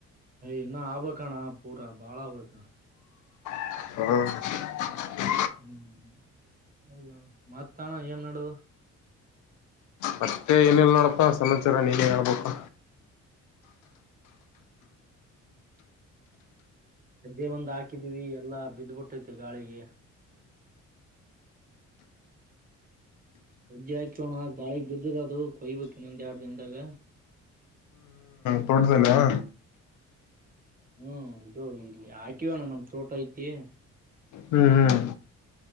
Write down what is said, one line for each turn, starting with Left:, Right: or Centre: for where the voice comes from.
Right: ಇನ್ನ ಆಗ್ಬಬೇಕಣ್ಣ ಪೂರಾ ಬಾಳ ಆಗ್ಬೇಕ
Left: ಹ್ಮ್
Right: ಹ್ಮ್ ಹೌದ ಮತ್ತ ಅಣ್ಣ ಏನ ನಡದದ
Left: ಮತ್ತೆ ಏನಿಲ್ಲ ನೋಡಪ್ಪಾ ಸಮಾಚಾರ ನೀನೇ ಹೇಳ್ಬೇಕು
Right: ಸಜ್ಜೆ ಒಂದು ಹಾಕಿದೀವಿ ಎಲ್ಲಾ ಬಿದ್ದ್ಬಿಟ್ಟೈತಿ ಗಾಳಿಗೆ ಸಜ್ಜೆ ಹಾಕೀವಿ ಅಣ್ಣ ಗಾಳಿಗೆ ಬಿದ್ದದ ಅದು ಕೊಯ್ಬೇಕು ಇನ್ನೊಂದ್ ಎರಡ್ ದಿನ್ದಾಗ
Left: ತೂಟದಲ್ಲಿ ಹಾ
Right: ಹ್ಮ್ ಅದು ಇಲ್ಲಿ ಹಾಕಿವಣ್ಣ ನಮ ತೋಟ ಐತಿ
Left: ಹ್ಮ್ ಹ್ಮ್